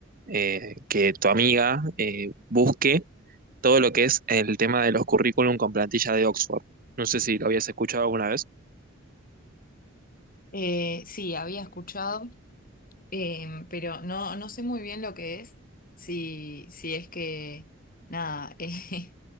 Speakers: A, on the right (about 45°); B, on the left (about 45°).
A: eh, que tu amiga eh, busque todo lo que es el tema de los currículum con plantilla de Oxford. No sé si lo habías escuchado alguna vez.
B: Eh, sí, había escuchado. Em, pero no, no sé muy bien lo que es, si, si es que, nada, <laughs> eh,